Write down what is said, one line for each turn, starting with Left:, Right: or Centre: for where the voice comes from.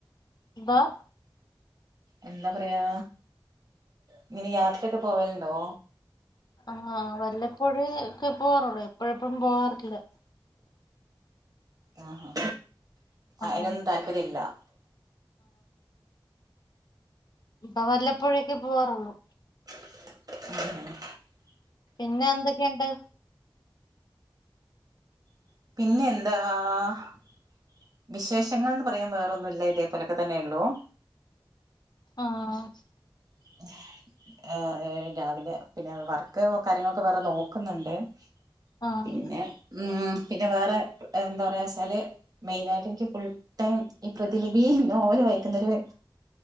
Left: ബാ-
Right: എന്താ പറയാ ഇങ്ങനെ യാത്രയൊക്കെ പോവലുണ്ടോ?
Left: ആഹ് വല്ലപ്പോഴ് ക്കെ പോവാറുള്ളൂ എപ്പോഴെപ്പോഴും പോവാറില്ല-
Right: ആഹ്ഹാ
Left: ആഹ്
Right: അയിനൊന്നും താല്പര്യല്ലാ-
Left: ഇപ്പൊ വല്ലപ്പഴൊക്കെ പോവാറുള്ളു-
Right: <inaudible>
Left: പിന്നെ എന്തൊക്കെയുണ്ട്-
Right: പിന്നെന്താ- വിശേഷങ്ങൾന്ന് പറയാൻ വേറെന്നുല്ല ഇതേപോലെക്കെ തന്നെള്ളൂ-
Left: ആഹ് -
Right: <unintelligible> ഏഹ് രാവിലെ പിന്നെ വർക്ക് കാര്യങ്ങളൊക്കെ വേറെ നോക്കുന്നുണ്ട്-
Left: ആഹ്
Right: പിന്നെ ഉം പിന്നെ വേറെ എന്താ പറയാ വെച്ചാല്- മെയിന ആയിട്ട് എനിക്ക് ഫുൾ ടൈം ഈ പ്രതിലിപി നോവല് വായിക്കുന്നൊര്-